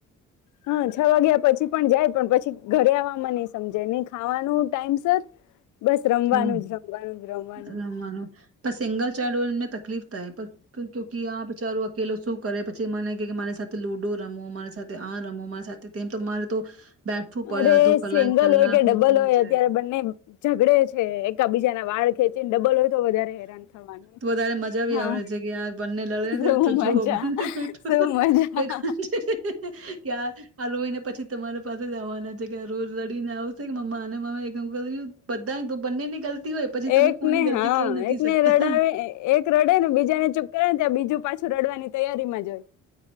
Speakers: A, on the left (about 75°); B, on the right (about 50°).
A: હા, છ વાગ્યા પછી પણ જાય, પણ પછી ઘરે આવ મા ની સમજે, ની ખાવાનું ટાઈમ સર બસ રમવાનું
B: હા
A: જ રમવાનું. જ
B: રમવાનું,
A: જ.
B: પણ સિંગલ બચારોને તકલીફ થાય, આ બચારો અકેલો શું કરે પછી મને કે મારી સાથે લુડો રમો, મારી સાથે આ રમો, મારી સાથે તે, તો મારે તો બેઠવું પડે
A: અરે
B: અડધો કલાક
A: સિંગલ
B: કલાક
A: હોય કે ડબલ
B: નીકળી
A: હોય
B: જાય
A: અત્યારે બંને ઝઘડે છે એકબીજાના વાળ ખેચ ડબલ તો વધારે હેરાન થવાનું
B: તો વધારે મજા ભી
A: હા
B: આવડે છે કે બંને લડે
A: શું
B: તો
A: મજા
B: જોવઠો <unintelligible>
A: શું મજા
B: આ લોઈ ને પછી તમારે. પાસે રહેવાની જગ્યા રોજ લડીને આવ <unintelligible> બન્ને ને <unintelligible> ગલતી હોય પછી
A: એકને
B: તમે કોની ગલતી
A: હા,
B: કહી નથી
A: એકને
B: શકતા
A: રડાવે એક રડે ને બીજા ને ચુપ કરાવે ત્યા બીજું પાછું રડવાની તૈયારી માં જો હોય.